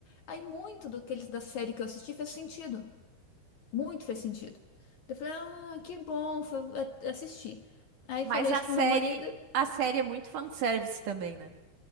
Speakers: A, on the left; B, on the right.
A: Aí muito do que eles da série que eu assisti fez sentido. Muito fez sentido. Eu falei, ah, que bom, fui a- assistir. Aí
B: Mas
A: falei
B: a
A: isso
B: série,
A: pro meu marido.
B: a série é muito fanservice também, né?